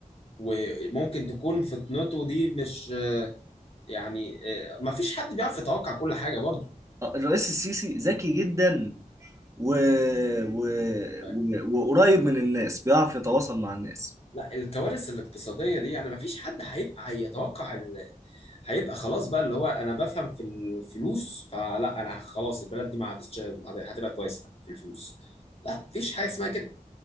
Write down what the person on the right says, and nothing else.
آه، الرئيس السيسي ذكي جدا و... و...
و... وقريب من الناس بيعرف يتواصل مع الناس